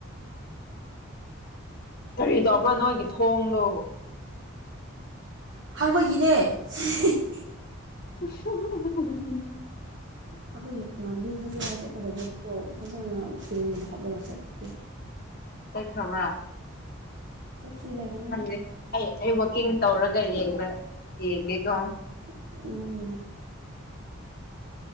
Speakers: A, on the left (about 45°); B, on the right (about 55°).
A: ꯀꯔꯤ ꯇꯧꯕ꯭ꯔꯥ ꯅꯣꯏꯒꯤ ꯊꯣꯡꯗꯣ
B: ꯍꯪꯕꯒꯤꯅꯦ <unintelligible>
A: <unintelligible>
B: ꯑꯩꯈꯣꯏꯒꯤ ꯏꯃꯥꯟꯅꯕꯤ ꯈꯣꯏ <unintelligible> ꯆꯠꯀꯗꯕ ꯀ ꯐꯖꯅ ꯐꯤꯔꯣꯟꯒꯨꯝꯕ ꯍꯥꯞꯂꯒ ꯆꯠꯈ꯭ꯔꯦ
A: ꯆꯠꯈ꯭ꯔꯕ꯭ꯔ
B: ꯆꯠꯇ꯭ꯔꯤ ꯂꯩꯔꯝ
A: ꯈꯪꯗꯦ ꯑꯩ ꯑꯩ ꯋꯥꯛꯀꯤꯡ ꯇꯧꯔꯒ ꯌꯦꯡꯕ ꯌꯦꯡꯒꯦꯀꯣ
B: <unintelligible>